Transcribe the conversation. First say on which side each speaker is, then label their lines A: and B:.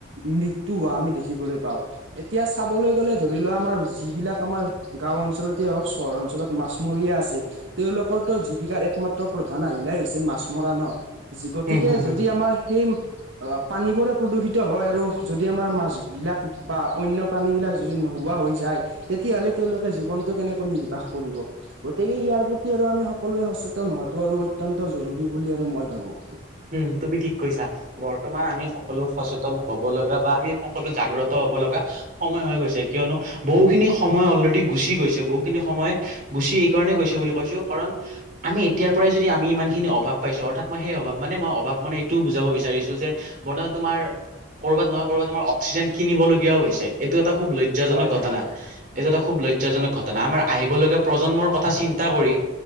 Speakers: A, on the right (about 70°); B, on the right (about 45°).
A: মৃত্যয়ু হোৱা আমি দেখিবলৈ পাও এতিয়া চাবলৈ গ'লে ধৰি লোৱা আমাৰ যিবিলাক আমাৰ গাও অঞ্চলতে হওক চহৰ অঞ্চলত মাছমৰীয়া আছে তেওঁওলোকৰ তো জীৱিকাৰ একমাত্ৰ প্ৰধান আহিলে হৈছে মাছ মৰা ন গতিকে
B: হম হম হম
A: যদি আমাৰ সেই পানীবোৰে প্ৰদূষিত হয় আৰু যদি আমাৰ মাছবিলাক বা অন্য প্ৰাণীবিলাক যদি নোহোৱা হয় হৈ যায় তেতিয়লে তেওঁলোকে জীৱনটো কেনেকৈ নিৰ্বাহ কৰিব গতিকে ইয়াৰ প্ৰতি আৰু আমি সকলোৱ সচেতন হোৱাটো আৰু অত্যন্ত জৰুৰী বুলি আৰু মই ভাবোঁ
B: উম তুমি ঠিক কৈছা বৰ্তমান আমি সকলো সচেতন হব লগা বা আমি সকলো জাগ্ৰত হ'ব লগা সময় হৈ গৈছে কিয়নো। বহুখিনি সময় অলৰেডি গুচি গৈছে বহুখিনি সময় গুচি এইকাৰণ গৈছে বুলি কৈছো কাৰণ- আমি এয়াৰ পৰাই যদিমি ইমান খিন অভ পাইছোঁ অৰ্থাৎ মই সেই অভাৱ- মানে মই অভাৱ মানে এইটোও বুজাব বিচাৰিছো যে বৰ্তমান তোমাৰ- ক'ৰবাত নহয় কৰবাতমাৰ অক্সিজেন কিনিবলগীয়া হৈ হৈছে। এইটো এটা খুব লজ্জাজনক
A: হয়
B: ঘটনা
A: হয়
B: এইটো এটা খুব লজ্জা- জ্জাজনক ঘটনা আমাৰ আহিবলগীয়া প্ৰজন্মৰ কথা চিন্তা কৰি